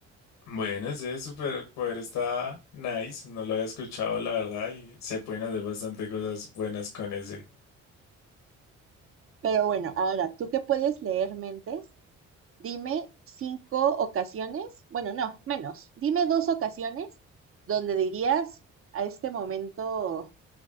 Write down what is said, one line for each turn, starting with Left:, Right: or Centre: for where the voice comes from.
Left: Bueno, ese superpoder está nice. No lo había escuchado, la verdad, y se pueden hacer bastante cosas buenas con ese.
Right: Pero bueno, ahora tú que puedes leer mentes, dime cinco ocasiones, bueno, no, menos, dime dos ocasiones donde dirías a este momento,